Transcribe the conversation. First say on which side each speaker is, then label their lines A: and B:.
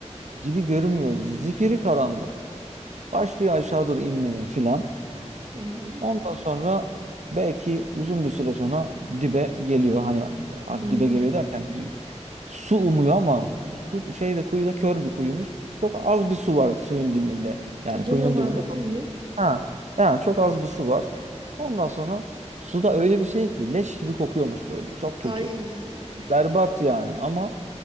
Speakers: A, on the right; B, on the right.
A: Gibi görünmüyor. Zifiri karanlık. Başlıyor aşağı doğru inmeye filan.
B: Hı hı.
A: Ondan sonra belki uzun bir süre sonra dibe geliyor. Hani a-
B: Hı
A: dibe
B: hı.
A: geliyor derken bir- su umuyor ama su şeyde kuyuda kör bir kuyumuş. Çok az bir su var suyun dibinde. Yani
B: E, Gene
A: kuyunun
B: var
A: dibinde
B: iyi.
A: çok ha yani çok az bir su var. Ondan sonra suda öyle bir şey ki leş gibi kokuyormuş böyle. Çok kötü.
B: Ay. <laughs>
A: Berbat yani ama